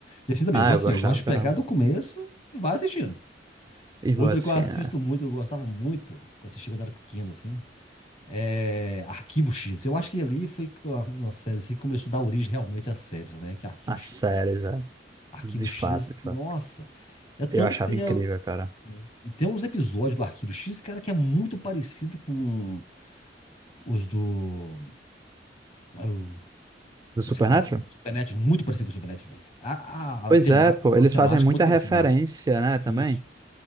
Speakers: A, on the left (about 35°); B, on the right (about 20°).
A: E assim também,
B: Ah,
A: eu gosto
B: eu gostava,
A: assim, eu gosto de
B: caramba.
A: pegar do começo e vai assistindo.
B: E
A: Outra
B: vou assistir
A: que eu assisto
B: né,
A: muito, eu gostava muito, que eu assisti quando era pequeno, assim, é Arquivo X. Eu acho que ali foi uma uma série assim, que começou a dar origem realmente às séries, né, que é Arquivo
B: as
A: X.
B: séries, é.
A: Arquivo
B: De fato,
A: X,
B: de fato.
A: nossa. É tanto
B: Eu achava
A: que tem.
B: incrível,
A: a-
B: cara.
A: tem- E tem uns episódios do Arquivo X, cara, que é muito parecido com os do. ah, o-
B: Do Supernatural?
A: Do que você falou agora? Supernatural, muito parecido com o Supernatural, velho. A,
B: Pois
A: a, a temática,
B: é, pô.
A: tem
B: Eles
A: umas temáticas
B: fazem muita
A: muito parecidas
B: referência,
A: lá.
B: né,
A: Isso.
B: também.